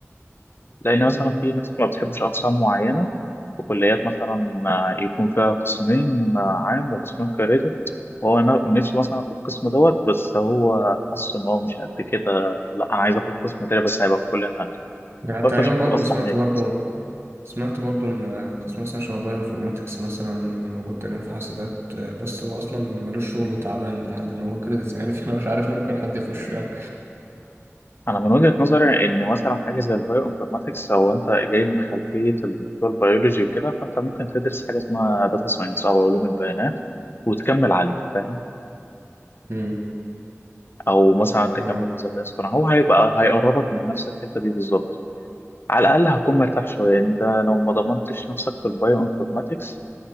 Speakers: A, on the left; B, on the right.
A: لأن مثلا
B: امم
A: في ناس ما بتحبش أقسام معينة في كليات مثلا آه، يكون فيها قسمين آه، عام وقسمين كريدت وهو نا- نفسه مثلا في القسم دوت بس هو حاسس إن هو مش قد كده لا أنا عايز آخد قسم تاني بس هيبقى في كلية تانية
B: يعني
A: فأنت
B: تقريبا
A: شوف
B: برضه
A: الأصلح
B: سمعت
A: ليه
B: برضه سمعت برضو ان قسم مثلا شبه بايو انفورماتكس مثلا موجود تقريبا في حاسبات آه، بس هو اصلا ملوش شغل وتعبان لحد ما هو كريدتس يعني <laughs> فانا مش عارف ليه ممكن حد يخش يعني
A: أنا من وجهة نظري إن مثلا حاجة زي البايو انفورماتكس أو أنت جاي من خلفية الدكتور بيولوجي وكده فأنت ممكن تدرس حاجة اسمها داتا ساينس أو علوم البيانات وتكمل عليه فاهم
B: امم
A: او مثلا تكمل
B: تمام
A: في ذات اصطناعي هو هيبقى هيقربك من نفس الحته دي بالظبط على الاقل هتكون مرتاح شويه انت لو ما ضمنتش نفسك في البايو انفورماتكس